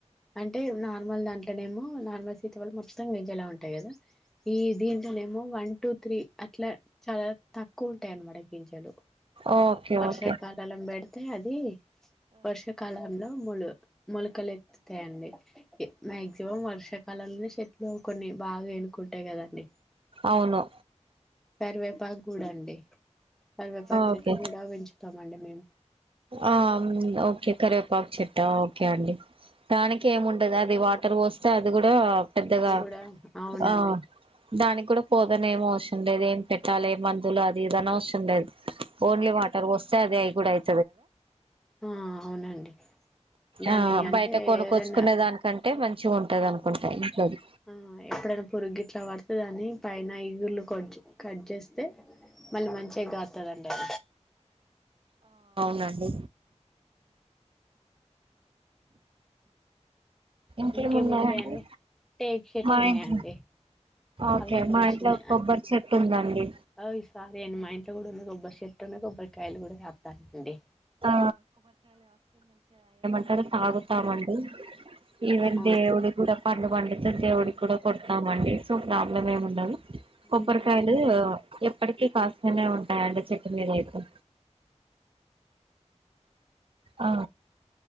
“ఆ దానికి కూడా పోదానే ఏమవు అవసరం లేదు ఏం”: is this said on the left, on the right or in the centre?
Right